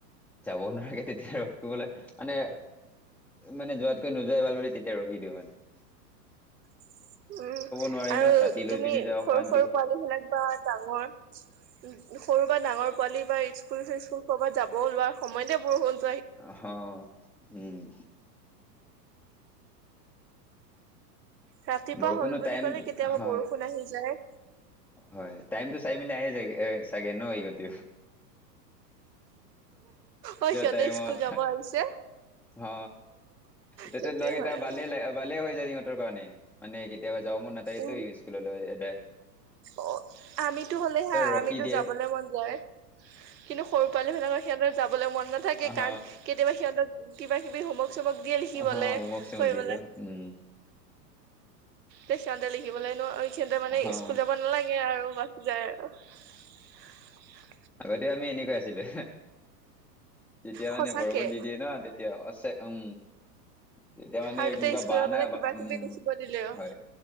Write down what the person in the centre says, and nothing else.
যাব নোৱাৰে তেতিয়া ৰখিবলৈ মানে, মানে যোৱাতকৈ নোযোৱাই ভাল বুলি। তেতিয়া ৰখিব। দিবানে
নোৱাৰি
ন ছাতি লৈ
পিনে যাওঁ
অশান্তি।
হ, উম
বৰষুণো
টাইম
হ
হয় টাইমটো চাই মেলি আহে যায় চাগে ন ইহতে
টাইমত
অ তেতিয়া
লগত
এতিয়া
ভালে হৈ যায়। কাৰণে মানে, কেতিয়াবা যাবৰ মন নাথাকেতো
স্কুললৈ এনে
ৰখি
দিয়ে
অহ
অহ হোমৱৰ্ক চোমৱৰ্ক
দিয়েতো উম
অহ
আগতেও আমি এনেকৈ আছিলো। তেতিয়া
মানে বৰষুণ দি দিয়ে ন তেতিয়া, উম তেতিয়া মানে
কিবা
বাহানা
বা- উম
হয়